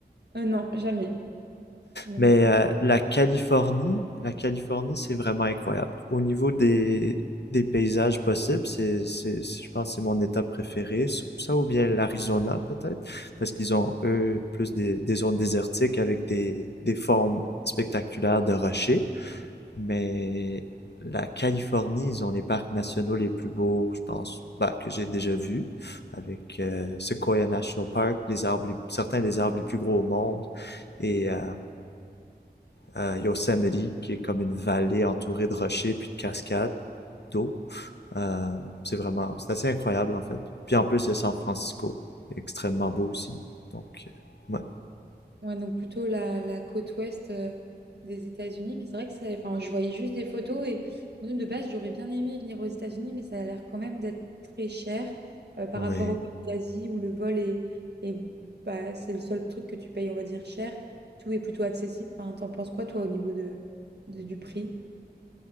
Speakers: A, on the right; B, on the left.
A: Euh, non, jamais. Non.
B: Mais euh, la Californie, la Californie, c'est vraiment incroyable. Au niveau des, des paysages possibles, c'est, c'est, je pense que c'est mon état préféré. Ça ou bien l'Arizona, peut-être, parce qu'ils ont, eux, plus des, des zones désertiques avec des, des formes spectaculaires de rochers. Mais la Californie, ils ont les parcs nationaux les plus beaux, je pense, bah, que j'ai déjà vus, avec euh, Sequoia National Park, les arbres, les- certains des arbres les plus gros au monde. Et euh, euh, Yosemite, qui est comme une vallée entourée de rochers puis de cascades d'eau. Euh, c'est vraiment, c'est assez incroyable en fait. Puis en plus, il y a San Francisco, extrêmement beau aussi. Donc, euh, ouais.
A: Ouais, donc plutôt la, la côte ouest euh, des États-Unis. Mais c'est vrai que ça, enfin, je voyais juste des photos et moi, de base, j'aurais bien aimé venir aux États-Unis, mais ça a l'air quand même d'être très cher euh, par
B: Oui.
A: rapport aux pays d'Asie où le vol est, est bah, c'est le seul truc que tu payes, on va dire, cher. Tout est plutôt accessible. Enfin, t'en penses quoi, toi, au niveau de, de- du prix?